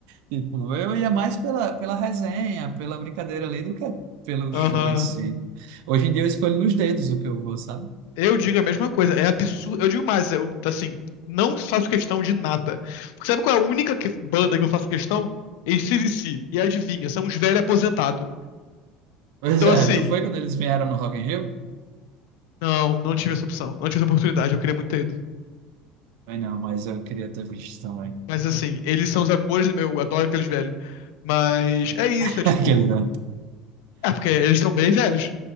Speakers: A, on the right; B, on the left.
A: Tipo, eu ia mais pela, pela resenha, pela brincadeira ali, do que pelo
B: Aham.
A: show em si. Hoje em dia eu escolho nos dedos o que eu vou, sabe?
B: Eu digo a mesma coisa, é absurdo. Eu digo mais, eu, assim, não faço questão de nada. Porque sabe qual é a única que- banda que eu faço questão? ac C. E adivinha, são uns velhos aposentados.
A: Pois
B: Então,
A: é,
B: assim,
A: tu foi quando eles vieram no Rock in Rio?
B: não, não tive essa opção. Não tive essa oportunidade, eu queria muito ter ido.
A: Foi não, mas eu queria ter visto também.
B: Mas, assim, eles são os amores do meu, eu adoro aqueles velhos. Mas é isso,
A: <laughs>
B: é tipo.
A: Aquele não.
B: É porque eles estão bem velhos.